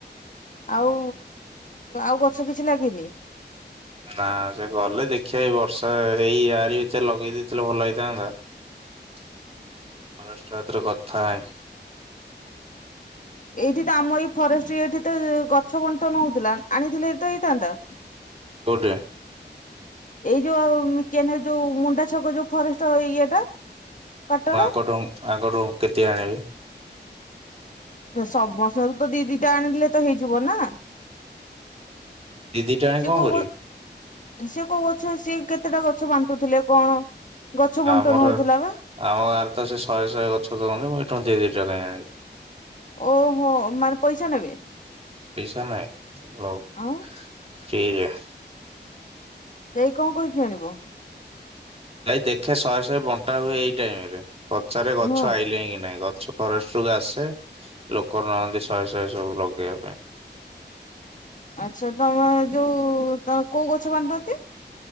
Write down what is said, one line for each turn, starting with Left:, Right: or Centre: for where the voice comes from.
Left: ଆଉ ଆଉ ଗଛ କିଛି ଲାଗିନି।
Right: ନା ସେ ଗଲେ ଦେଖିବା ଏ ବର୍ଷା ଏଇ ଆାରୀ ଭିତରେ ଲଗେଇ ଦେଇେଇଥିଲେ ଭଲ ହେଇଥାନ୍ତା। ହରାଷ୍ଟାତରେ କଥା <unintelligible>
Left: ଏଇଠି ତ ଆମ ଏଇ ଫରେଷ୍ଟ ଏଇଠି ତ ଗଛ ବଣ୍ଟନ ହୋଉଥିଲା ଆଣିଥିଲେ ତ ହେଇଥାନ୍ତା।
Right: କୋଉଟି।
Left: ଏଇ ଯୋଉ କେନ ଯୋଉ ମୁଣ୍ଡା ଛକ ଯୋଉ ଫରେଷ୍ଟ ଇଏଟା କ୍ଵାଟର
Right: ମୁଁ ଆଙ୍କଠୁ ଆଙ୍କଠୁ କେତେ ଆଣିବି?
Left: ସମସ୍ତ ଘରୁ ତ ଦି ଦିଟା ଆଣିଲେ ତ ହେଇଯିବ ନା
Right: ଦି ଦିଟା ଆଣି
Left: ସେ
Right: କଣ
Left: କୋଉ।
Right: କରିବି
Left: ଶିଏ କୋଉ ଗଛ ସିଏ କେତେଟା ଗଛ ବାଣ୍ଟୁଥିଲେ କଣ? ଗଛ ବଣ୍ଟନ
Right: ଆମର
Left: ହଉଥିଲା
Right: ଆମ
Left: ବା
Right: ଗାଁରେ ତ ସେ ଶହେ ଶହେ ଗଛ ଦଉନି ମୁଁ ଏଇଠୁ ଦି ଦି ଟା ଆଣିବି।
Left: ଓହୋ ମାନେ ପଇସା ନେବେ।
Right: ପଇସା ନାହି ରହୁ
Left: ଆଉ।
Right: ଫ୍ରିରେ।
Left: ଦେଇ କଣ କହିକି ଆଣିବ।
Right: ଭାଇ ଦେଖେ ଶହେ ଶହେ ବଣ୍ଟା ହୁଏ ଏଇ ଟାଇମ ରେ ପଚାରେ ଗଛ
Left: ହଁ
Right: ଆଇଲେଣି କି ନାଇଁ ଗଛ ଫରେଷ୍ଟ କୁ ଆସେ ଲୋକ ନଅନ୍ତି ଶହେ ଶହେ ସବୁ ଲଗେଇବା ପାଇଁ।
Left: ଆଛା ତମେ ଯୋଉ ତ କୋଉ ଗଛ ବାଣ୍ଟନ୍ତି?